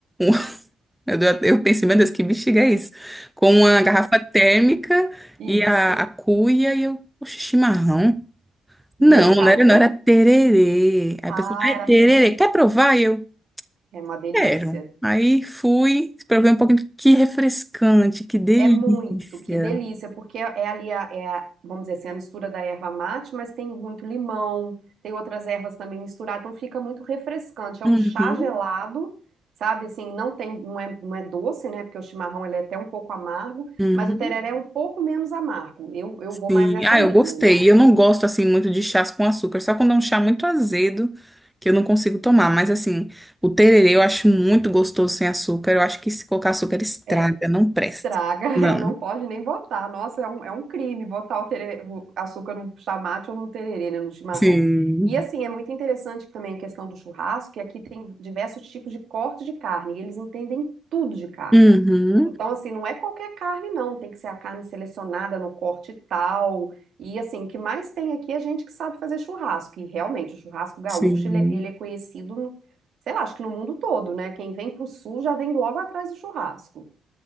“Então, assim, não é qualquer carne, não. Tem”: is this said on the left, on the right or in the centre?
Right